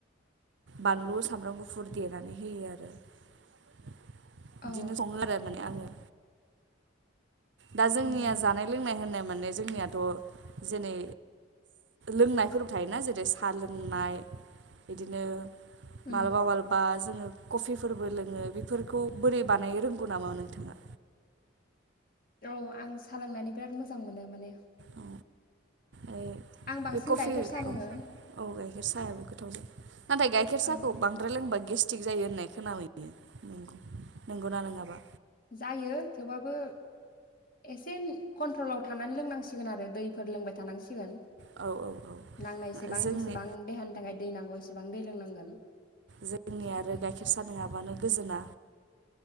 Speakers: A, on the right (about 65°); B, on the left (about 45°).
A: बानलु सामब्राम गुफुर देनानै होयो आरो बिदिनो
B: औ
A: सङो आरो माने आङो दा जोंनिया
B: मोजां
A: जानाय लोंनाय होननाय माने जोंनियाथ' जेनै लोंनायफोरबो थायोना जेरै सा लोंनाय बिदिनो
B: उम
A: मालाबा मालाबा जि जोङो कफिफोरबो लोङो बेफोरखौ बोरै बानायो रोंगौ नामा नोंथाङा
B: औ आं सा लोंनानै बिराद मोजां मोनो माने
A: औ औ
B: आं बांसिन
A: बे कफि
B: गाइखेर साहा
A: औ
B: लोङो
A: औ गायखेर सा गोथावजा नाथाय गाइखेर साहखौ
B: औ
A: बांद्राय लोंबा गे गेस्टिक जायो होननाय खोनाबायो नंगौ नंगौना नङाबा
B: जायो थेवबाबो एसे कन्ट्रलाव थानानै लोंनांसिग बसिगोन आरो दैफोर लोंबाय थानांसिगोन
A: औ औ
B: नांनायसेबां
A: जोंनि
B: जेसेबां देहानि थाखाय दै नांगौ एसेबां दै लोंनांगोन
A: जोंनि आरो
B: बिदि
A: गाइखेर साहा नङाबानो गोजोना